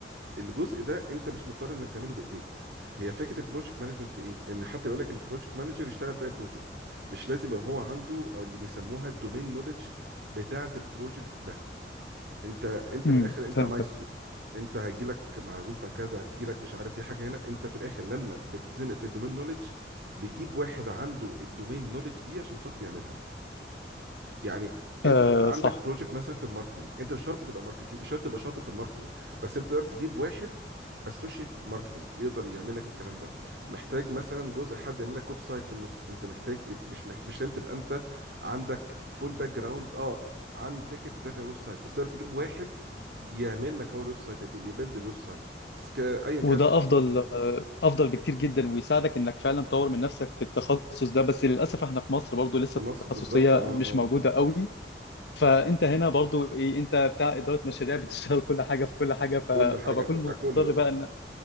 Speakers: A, on the right; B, on the left.
A: الجزء ده انت مش مضطر انك تعمله بايديك هي فكره البروجكت مانجمنت في ايه ان حتى يقول لك البروجكت مانجر يشتغل في اي بروجكت مش لازم يبقى هو عنده أو اللي بيسموها الدومين نوليدج بتاعه البروجكت ده انت انت
B: امم
A: من الاخر انت
B: فهمتك
A: مايسترو انت هيجيلك معزوفه كذا هتجيلك مش عارف ايه حاجه هنا انت في الاخر لما بتتزنق في الدومين نولج بيجيب واحد عنده الدومين نولج دي عشان خاطر يعملها يعني انت
B: آه
A: مثلا عندك
B: صح
A: بروجكت مثلا في الماركتنج انت مش شرط تبقى ماركتينج مش شرط تبقى شاطر في الماركتنج بس انت تقدر تجيب واحد اسوشيت ماركتنج يقدر يعمل لك الكلام ده محتاج مثلا جزء حد يعمل لك ويب سايت في النص انت محتاج مش محتاج مش لازم تبقى انت عندك فول باك جراوند اه عن فكره ازاي تعمل ويب سايت بس تقدر تجيب واحد يعمل لك هو الويب سايت يبي- يبيلد الويب سايت بس ك- ايا كان
B: وده افضل آه، افضل بكتير جدا ويساعدك انك فعلا تطور من نفسك في التخصص ده بس للاسف احنا في مصر برضو لسه
A: في مصر
B: التخصصيه
A: بالظبط اه
B: مش
A: اه
B: موجوده قوي فانت هنا برضو ايه انت بتاع اداره مشاريع بتشتغل كل حاجه في كل حاجه ف...
A: كل حاجه
B: فبكون
A: انت بتاع
B: مضطر
A: كله اه
B: بقى ان